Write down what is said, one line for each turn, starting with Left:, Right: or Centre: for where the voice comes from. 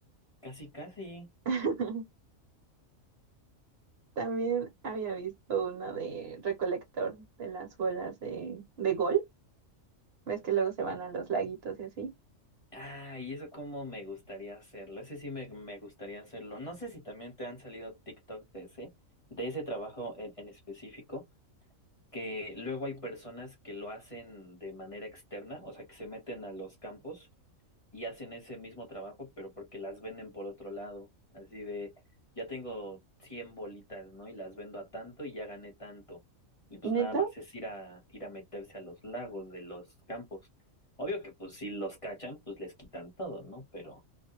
Left: Casi, casi.
Right: <laughs> También había visto una de recolector de las bolas de, de gol. ¿Ves que luego se van a los laguitos y así?
Left: Ah, y eso como me gustaría hacerlo. Ese sí me, me gustaría hacerlo. No sé si también te han salido TikTok de ese, de ese trabajo en, en específico, que luego hay personas que lo hacen de manera externa, o sea, que se meten a los campos y hacen ese mismo trabajo, pero porque las venden por otro lado, así de, ya tengo 100 bolitas, ¿no? Y las vendo a tanto y ya gané tanto. Y pues
Right: ¿Neta?
Left: nada más es ir a, ir a meterse a los lagos de los campos. Obvio que pues si los cachan, pues les quitan todo, ¿no? Pero